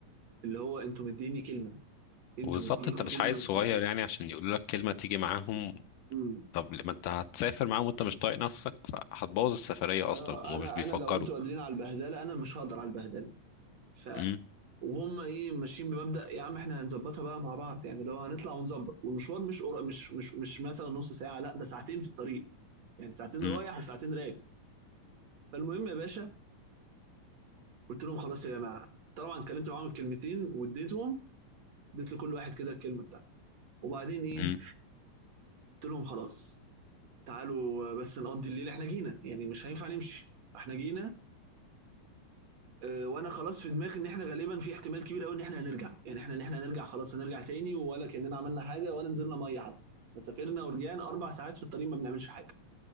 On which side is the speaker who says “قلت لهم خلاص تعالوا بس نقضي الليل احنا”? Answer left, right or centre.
Right